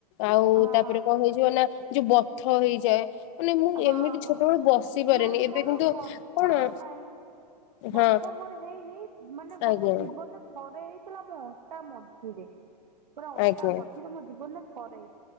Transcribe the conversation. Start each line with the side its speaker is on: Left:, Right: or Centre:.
Left: ଆଉ
Right: ହଁ
Left: ତାପରେ କଣ ହେଇଯିବ ନା ଯୋଉ ବଥ ହେଇଯାଏ। ମାନେ ମୁଁ
Right: ହଁ
Left: ଏମିତି
Right: ହଁ
Left: ଛୋଟବେଳୁ ବସି ପାରେନି
Right: ନାଇଁ
Left: ଏବେ
Right: ମୋର
Left: କିନ୍ତୁ
Right: ବଥ
Left: କଣ
Right: ନାଇଁ ବଥ
Left: ହଁ
Right: ମୋର ହେଇନି ମାନେ ଗୋଟେ
Left: ଆଜ୍ଞା
Right: ଜୀବନରେ ଥରେ ହେଇଥିଲା ମୋ ଅଣ୍ଟା ମଝିରେ ପୁରା ଅଣ୍ଟା
Left: ଆଜ୍ଞା।
Right: ମଝିରେ ମୋ ଜୀବନରେ ଥରେ ହେଇ